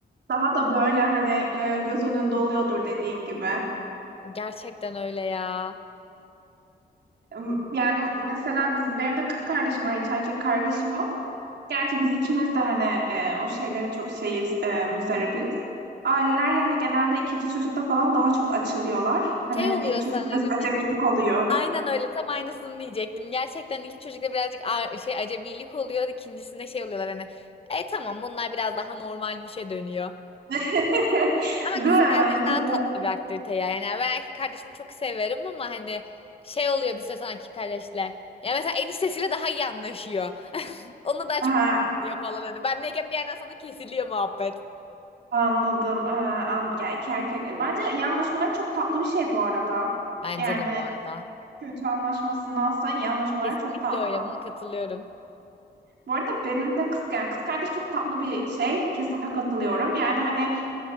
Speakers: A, on the right; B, on the left.
A: Daha da böyle hani e, göz önünde oluyordur dediğin gibi.
B: gerçekten öyle ya.
A: Em, Yani mesela biz benim de kız kardeşim var hiç erkek kardeşim yok. Gerçi biz ikimiz de hani e, o şeylere çok şeyiz, e, müzdaribiz. Aileler hani genelde ikinci çocukta falan daha çok açılıyorlar. Hani
B: Şey oluyor
A: ilk çocuk
B: sanırım.
A: biraz acemilik oluyor.
B: Aynen öyle. Tam aynısını diyecektim. Gerçekten ilk çocukta birazcık a- şey acemilik oluyor. ikincisinde şey oluyorlar hani. E tamam bunlar biraz daha normalmişe dönüyor.
A: <laughs>
B: Ama
A: Değil
B: kız kardeş
A: mi? Bence
B: daha tatlı
A: de.
B: bir aktivite ya. Yani ben erkek kardeşimi çok severim ama hani şey oluyor bir süre sonra erkek kardeşle. Ya mesela eniştesiyle daha iyi anlaşıyor. <laughs> Onunla daha
A: Ha,
B: çok diyor falan hani. Ben neyken bir yerden sonra kesiliyor muhabbet.
A: anladım. Ha, an, yani iki erkek. Bence iyi anlaşmaları çok tatlı bir şey bu arada.
B: Bence
A: Yani
B: de bu arada.
A: kötü anlaşmasındansa iyi anlaşmaları
B: Kesinlikle
A: çok tatlı.
B: öyle. Buna katılıyorum.
A: Bu arada benim de kız, yani kız kardeş çok tatlı bir şey. Kesinlikle katılıyorum. Yani hani